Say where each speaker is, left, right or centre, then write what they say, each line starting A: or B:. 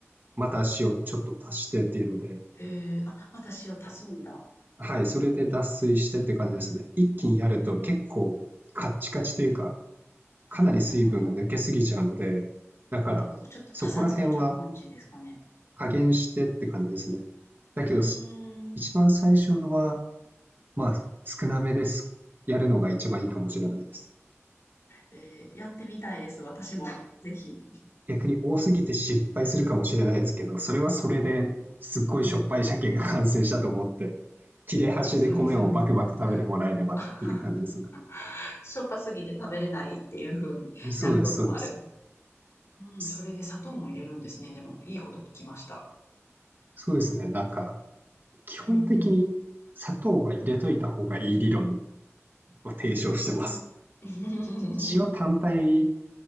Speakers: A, on the right; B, on the left.
A: また塩ちょっと足してっていうので、
B: へえ。あ、また塩足すんだ。
A: はい、それで脱水してって感じですね。一気にやると結構カッチカチというか、
B: うんうん。ああ、
A: かなり水分が抜けすぎちゃうので、
B: なるほど。
A: だからそこら辺は
B: なるほど。ちょっとパサついちゃう感じですかね？
A: 加減してって感じですね。だけど、
B: うー
A: す一番最初のは、
B: ん。
A: まあ、少なめです。やるのが一番いいかもしれないです。
B: えーやってみたいです、私も。ぜひ。
A: 逆に多すぎて失敗するかもしれないですけど、それはそれですっごいしょっぱい鮭が完成したと思って、
B: うん、
A: 切れ端で米をバクバク食べてもらえればっていう感じですね。
B: そうですよね。<laughs> しょっぱすぎて食べれないっていう風になることもある。
A: そうです、そうです。
B: うん、
A: す
B: それで砂糖も入れるんですね。でも、いいこと聞きました。
A: そうですね。なんか、基本的に砂糖は入れといた方がいい理論
B: うんうん。
A: を提唱してます。
B: うん。<laughs> うん
A: 塩単体